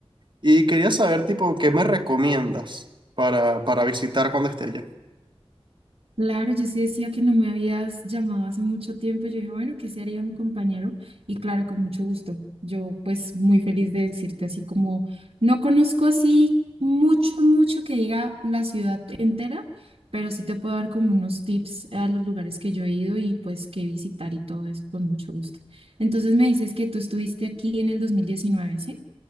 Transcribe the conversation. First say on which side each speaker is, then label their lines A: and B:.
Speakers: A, on the right; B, on the right.
A: y quería saber, tipo, ¿qué me recomiendas para, para visitar cuando esté allá?
B: Claro, yo sí decía que no me habías llamado hace mucho tiempo. Yo dije, bueno, ¿qué se haría mi compañero? Y claro, con mucho gusto. Yo pues muy feliz de decirte así como no conozco así mucho, mucho que diga la ciudad entera, pero sí te puedo dar como unos tips a los lugares que yo he ido y pues qué visitar y todo eso con mucho gusto. Entonces me dices que tú estuviste aquí en el 2019, ¿sí?